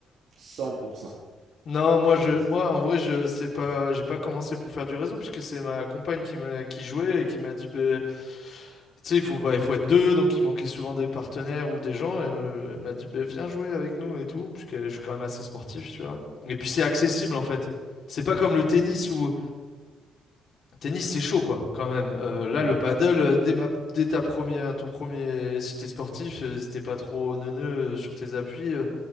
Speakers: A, on the right; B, on the left.
A: cent pour cent.
B: Non, moi
A: 100%.
B: je moi en vrai je sais pas j'ai pas commencé pour faire du réseau puisque c'est ma compagne qui m'a qui jouait et qui m'a dit ben tu sais il faut bah, il faut être deux donc il manquait souvent des partenaires ou des gens et euh, elle m'a dit ben viens jouer avec nous et tout puisque je suis quand même assez sportif tu vois. Et puis c'est accessible en fait. C'est pas comme le tennis où tennis c'est chaud quoi quand même. Euh, là
A: Ouais.
B: le paddle euh, dès ma dès ta première ton premier si t'es sportif euh, si t'es pas trop neuneux euh, sur tes appuis euh,